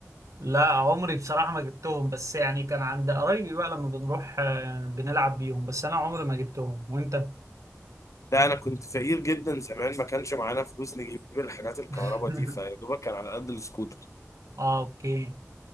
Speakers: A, on the right; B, on the left.
A: لا عمري بصراحة ما جبتهم بس يعني كان عند قرايبي بقى لما بنروح آه، بنلعب بيهم بس انا عمري ما جبتهم وانت
B: لا انا كنت فقير جدا زمان ما كانش معانا فلوس نجيب الحاجات الكهرباء
A: <laughs>
B: دي فيا دوبك كان على قد السكوتر
A: اه اوكي